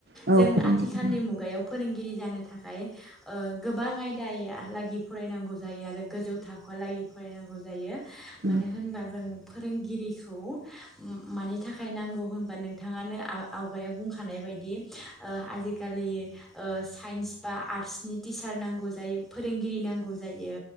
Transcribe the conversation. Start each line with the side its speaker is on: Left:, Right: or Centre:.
Right: औ
Centre: जों
Right: फोरोंगिरि
Centre: आ थालनि मुगायाव फोरोंगिरि जानो थाखाय ओ गोबां आयदाया लागि फरायनांगौ जायो आरो गोजौ थाखोआव लागै फरायनांगौ जायो मानो
Right: उम
Centre: होनबा जों फोरोंगिरिखौ म मानि थाखाय नांगौ होनबा नोंथाङानो आव आवगायाव बुंखानाय बायदि ओ आजि खालि ओ साइन्स बा आरसनि टिचार नांगौ जायो फोरोंगिरि नांगौ जायो